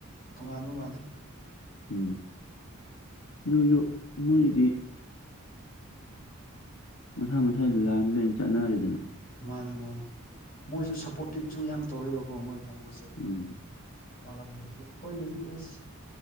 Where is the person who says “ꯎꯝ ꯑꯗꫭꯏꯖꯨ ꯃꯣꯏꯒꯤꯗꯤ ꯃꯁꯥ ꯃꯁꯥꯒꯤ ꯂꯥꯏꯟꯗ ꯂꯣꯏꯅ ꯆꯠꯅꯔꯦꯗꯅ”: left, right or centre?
Left